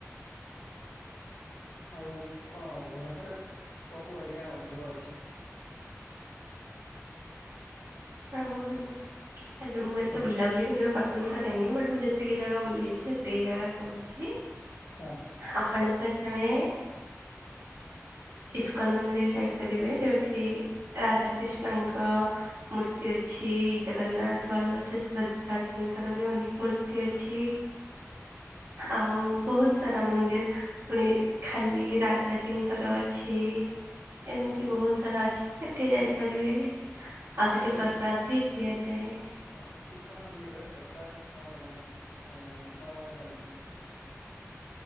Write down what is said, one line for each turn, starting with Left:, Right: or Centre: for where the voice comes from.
Left: ଆଉ କଣ ଭୁବନେଶ୍ଵରରେ କୋଉ କୋଉ ଏରିଆ ଭଲ ଅଛି?
Right: ହଁ, ହଁ, ହଁ ଯେ ମୁଁ ଏତେ
Left: ଉଁ
Right: ବୁଲା ବୁଲି କରିବା ପସନ୍ଦ କରେନି ବଟ ମୁଁ ଯେତିକି ଜାଗା ବୁ ବୁଲିଛି ଯେତିକି ଜାଗା କହୁଛି
Left: ହଁ
Right: ଆପଣ ପାଇଁ ତମେ ଇସ୍କନ ମନ୍ଦିର ଯାଇପାରିବେ ଯୋଉଠି ରାଧାକ୍ରିଷ୍ଣଙ୍କ ମୂ ର୍ତି ଅଛି ଜଗନ୍ନାଥ, ବଳଭଦ୍ର, ସୁଭଦ୍ରାଜି ଙ୍କର ବି ମୂର୍ତ୍ତି ଅଛି। ଆଉ ବହୁତ ସାରା ମନ୍ଦିର। ପୁଣି ଖାଲି ରାଧାଜୀଙ୍କର ଅଛି। ଏମିତି
Left: ହଁ
Right: ବହୁତ ସାରା ଅଛି ଏଠି ଯାଇପାରିବେ। ଆଉ ସେଠି ପ୍ରସାଦ
Left: ଏ
Right: ବି ଦିଆଯାଏ।
Left: ହଁ ଇସ୍କନ ମନ୍ଦିରେ ପ୍ରସାଦ କଣ ମାନେ ଏଁ କଣ କଣ ଦିଅନ୍ତି?